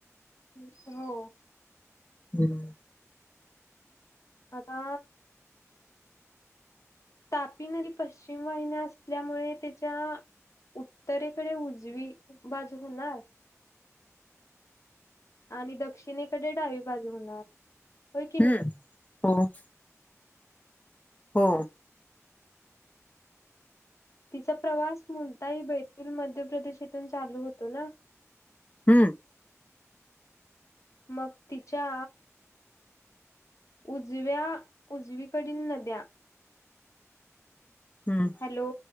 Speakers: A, on the left; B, on the left.
A: <inaudible> हो.
B: हम्म.
A: आता तापी नदी... पश्चिम वाहिन्या असल्यामुळे... तिच्या उत्तरेकडे... उजवी बाजू होणार. आणी दक्षिणेकडे डावी बाजू होणार. होय की नाही
B: हम्म... हो. हो.
A: तिचा प्रवास मुलताही... बैतूल... मध्य प्रदेशातून चालू होतो ना?
B: हम्म.
A: मग तिच्या उजव्या... उजवीकडील नद्या
B: हम्म...
A: हॅलो